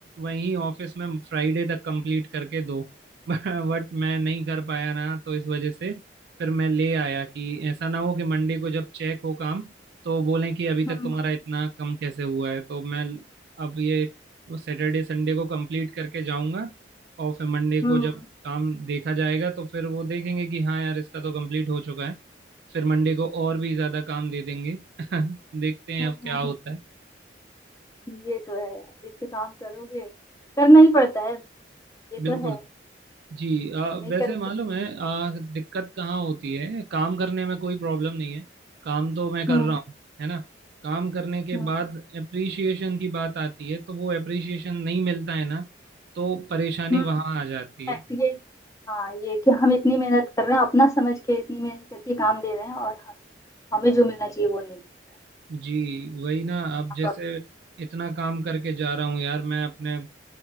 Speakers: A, on the right (about 60°); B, on the left (about 15°).
A: वहीं ऑफिस में फ्राइडे तक कंप्लीट करके दो <laughs> बट मैं नहीं कर पाया ना तो इस वजह से फिर मैं ले आया कि ऐसा ना हो कि मंडे को जब चेक हो काम तो बोलें कि अभी तक
B: हम्म
A: तुम्हारा
B: हम्म
A: इतना कम कैसे हुआ है तो मैं अब ये सैटरडे संडे को कंप्लीट करके जाऊंगा और फिर मंडे को
B: हम्म,
A: जब काम देखा जाएगा तो फिर वो देखेंगे कि हाँ यार इसका तो कंप्लीट हो चुका है फिर मंडे को और भी ज्यादा काम दे देंगे <laughs> देखते हैं
B: हम्म,
A: अब क्या
B: हम्म,
A: होता
B: हम्म।
A: है
B: ये तो है जितने काम करोगे करना ही पड़ता है ये
A: बिल्कुल
B: तो है
A: जी अ,
B: नहीं
A: वैसे
B: करेंगे
A: मालूम है अ, दिक्कत कहाँ होती है काम करने में कोई प्रॉब्लम नहीं है काम तो मैं कर
B: हम्म
A: रहा हूँ है ना काम करने के
B: हम्म
A: बाद एप्रिसिएशन की बात आती है तो वो एप्रिसिएशन नहीं मिलता है ना तो परेशानी
B: हम्म
A: वहाँ आ जाती
B: fact
A: है
B: ये हाँ ये कि हम इतनी मेहनत कर रहे हैं अपना समझ के इतनी मेहनत करके काम दे रहे हैं और हम हमें जो मिलना चाहिए वो नहीं मिल रहा है
A: जी वही ना अब
B: हाँ,
A: जैसे
B: प्रॉब्लम
A: इतना काम करके जा रहा हूँ यार मैं अपने